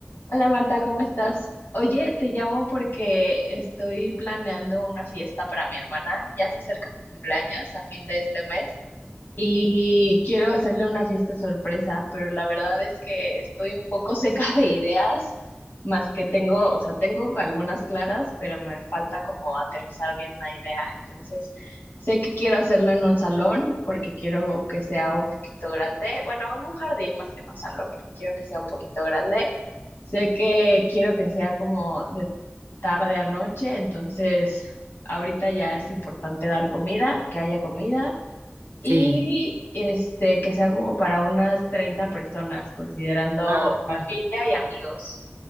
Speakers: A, on the left; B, on the right.
A: Hola Marta, ¿cómo estás? Oye, te llamo porque estoy planeando una fiesta para mi hermana. Ya se acerca su cumpleaños a fin de este mes y quiero hacerle una fiesta sorpresa, pero la verdad es que estoy un poco <laughs> seca de ideas, más que tengo, o sea, tengo algunas claras, pero me falta como aterrizar bien una idea. Entonces, sé que quiero hacerlo en un salón porque quiero que sea un poquito grande, bueno, en un jardín más que en un salón porque quiero que sea un poquito grande. Sé que quiero que sea como de tarde a noche, entonces ahorita ya es importante dar comida, que haya comida y
B: Sí.
A: este, que sea como para unas 30 personas, considerando
B: Ah, ok,
A: familia y amigos,